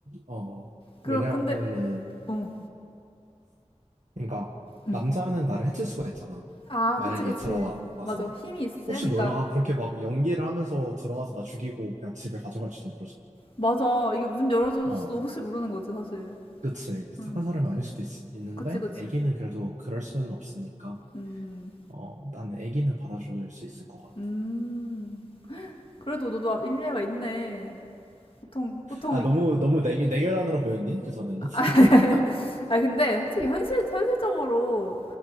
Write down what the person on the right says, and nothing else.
어,
왜냐면은
그러니까
남자는 나를 해칠 수가 있잖아.
만약에
들어와서
혹시 몰라 그렇게 막 연기를 하면서 들어와서 나 죽이고 그냥 집에 가져갈지도 모르잖아.
어,
그치.
착한 사람이 아닐 수도 있, 는데
애기는 그래도 그럴 수는 없으니까.
어, 나는 애기는 받아줄 수 있을 것 같아.
아, 너무
너무 냉 냉혈한으로 보였니? 그 전에는
<laughs>